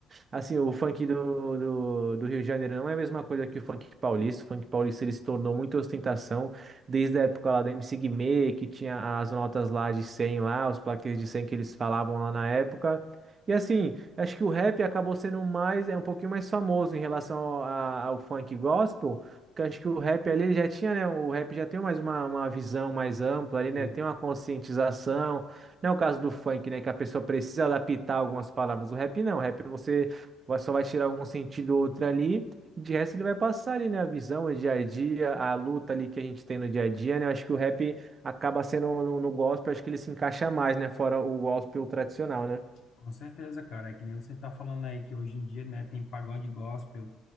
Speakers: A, on the right (about 40°); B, on the left (about 65°).
A: Assim, o funk do, do, do Rio de Janeiro não é a mesma coisa que o funk paulista. O funk paulista ele se tornou muita ostentação desde a época lá do MC Guimê, que tinha as notas lá de 100 lá, os plaquês de 100 que eles falavam lá na época. E assim, acho que o rap acabou sendo mais, é um pouquinho mais famoso em relação ao, a- ao funk gospel, porque acho que o rap ali ele já tinha, né? O rap já tem mais uma, uma visão mais ampla ali,
B: isso.
A: né? Tem uma conscientização. Não é o caso do funk, né? Que a pessoa precisa adaptar algumas palavras. O rap não. O rap você vai- só vai tirar um sentido ou outro ali. E de resto ele vai passar ali, né? A visão, o dia a dia, a luta ali que a gente tem no dia a dia, né? Eu acho que o rap acaba sendo no, no gospel, acho que ele se encaixa mais, né? Fora o gospel tradicional, né?
B: Com certeza, cara. É que nem você tá falando aí que hoje em dia, né, tem pagode gospel.